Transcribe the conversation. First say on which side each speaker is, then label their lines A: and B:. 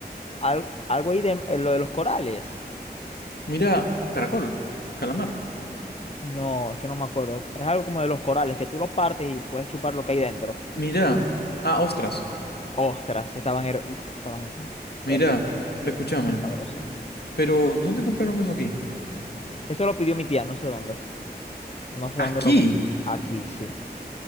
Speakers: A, on the left (about 40°); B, on the left (about 70°).
A: algo algo ahí de eh, lo de los corales.
B: Mira, caracol, calamar.
A: No, es que no me acuerdo. Es es algo como de los corales, que tú los partes y puedes chupar lo que hay dentro.
B: Mira, ah, ostras.
A: Ostras, estaban, her- uf, estaban hervidas.
B: Mira,
A: Qué
B: escúchame,
A: cosa tan sabrosa.
B: pero ¿dónde compraron eso aquí?
A: Eso lo pidió mi tía, no sé dónde. No sé dónde
B: Aquí.
A: lo... Aquí, sí,